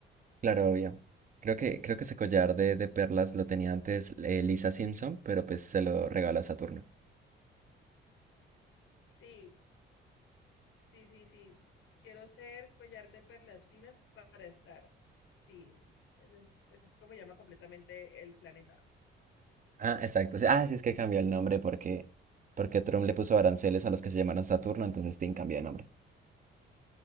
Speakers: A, on the right; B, on the left.
A: Claro, obvio. Creo que, creo que ese collar de, de perlas lo tenía antes eh, Lisa Simpson, pero pues se lo regaló a Saturno.
B: Sí. Sí, sí, sí. Quiero ser collar de perlas finas para estar. Sí, ese es, ese es como llama completamente el planeta.
A: Ah, exacto. sí. Ah, sí, es que cambió el nombre porque, porque Trump le puso aranceles a los que se llamaron Saturno, entonces Tin cambió de nombre.